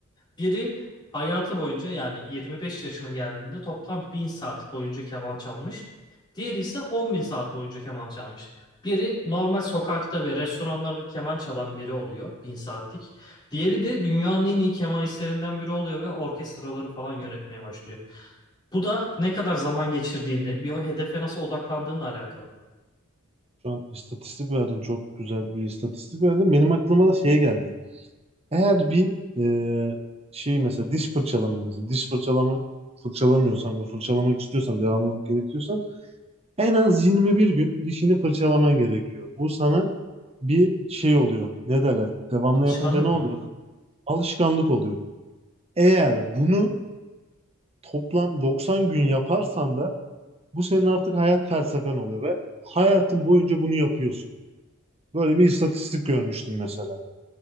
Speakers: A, on the left; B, on the right.
A: Biri hayatı boyunca yani 25 yaşına geldiğinde toplam 1000 saat boyunca keman çalmış. Diğeri ise 10 bin saat boyunca keman çalmış. Biri normal sokakta ve restoranlarda keman çalan biri oluyor 1000 saatlik. Diğeri de dünyanın en iyi kemanistlerinden biri oluyor ve orkestraları falan yönetmeye başlıyor. Bu da ne kadar zaman geçirdiğinle, bir o hedefe nasıl odaklandığınla alakalı.
B: Şu an istatistik verdin çok güzel bir istatistik verdin. Benim aklıma da şey geldi. Eğer bir e, şey mesela diş fırçalamayı mesela diş fırçalama fırçalamıyorsan ve fırçalamak istiyorsan devamlılık gerekiyorsan en az 21 gün dişini fırçalaman gerekiyor. Bu sana bir şey oluyor. Ne derler? Devamlı
A: Alışkanlık
B: yapınca ne oluyordu?
A: mı?
B: Alışkanlık oluyor. Eğer bunu toplam 90 gün yaparsan da Bu senin artık hayat felsefen oluyor ve hayatın boyunca bunu yapıyorsun. Böyle bir istatistik görmüştüm mesela.